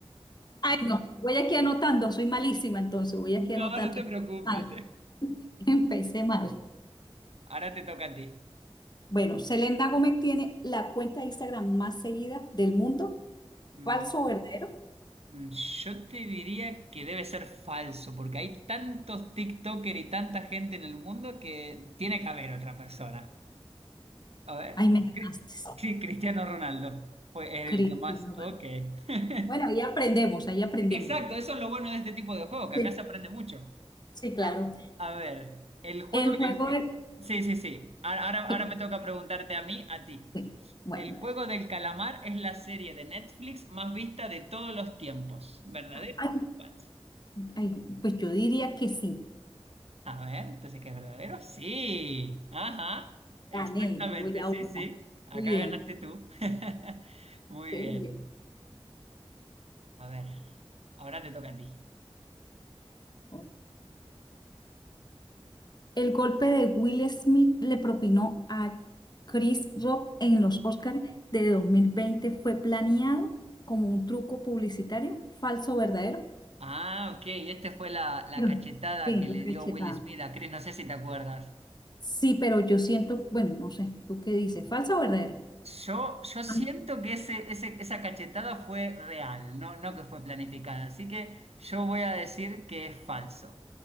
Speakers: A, on the left (about 45°); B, on the right (about 80°).
A: Ay, no, voy aquí anotando, soy malísima entonces, voy aquí anotando.
B: No, no te
A: Empecé
B: preocupes.
A: mal.
B: <laughs>
A: <laughs> Empecé mal.
B: Ahora te toca a ti.
A: Bueno, Selena Gómez tiene la cuenta de Instagram más seguida del mundo.
B: Mm.
A: ¿Falso o verdadero?
B: Mm, Yo te diría que debe ser falso, porque hay tantos TikToker y tanta gente en el mundo que tiene que haber otra persona. A ver,
A: Ay, me ganaste.
B: Cri- sí, Cristiano Ronaldo fue
A: Cristiano
B: el que más. Ok.
A: Ronaldo.
B: <laughs>
A: Bueno, ahí aprendemos, ahí aprendemos.
B: Exacto, eso es lo bueno de este tipo de juego, que
A: Sí,
B: acá se aprende mucho.
A: sí, claro.
B: A, a ver, el juego
A: El
B: del...
A: juego es...
B: ca- Sí, sí, sí. A- Ahora,
A: que-
B: ahora me toca preguntarte a mí, a ti.
A: sí, Bueno,
B: El
A: dale.
B: juego del calamar es la serie de Netflix más vista de todos los tiempos, ¿verdadero?
A: Ay,
B: o falso?
A: ay, pues yo diría que sí.
B: A ver, entonces, ¿qué es verdadero? Sí. Ajá. Exactamente,
A: Gané, yo voy a
B: sí,
A: una.
B: sí. Acá
A: Qué bien,
B: ganaste tú. <laughs> Muy
A: qué
B: bien.
A: bien.
B: A ver, ahora te toca a ti.
A: Ok. El golpe de Will Smith le propinó a Chris Rock en los Oscars de 2020 fue planeado como un truco publicitario, falso, verdadero.
B: Ah, ok. Esta fue la, la
A: Pero,
B: cachetada
A: sí,
B: que le
A: la cachetada.
B: dio Will Smith a Chris. No sé si te acuerdas.
A: Sí, pero yo siento, bueno, no sé, ¿tú qué dices? ¿Falsa o verdadera?
B: Yo, yo siento
A: Ah,
B: que ese, ese- esa cachetada fue real, no, no que fue planificada. Así que yo voy a decir que es falso.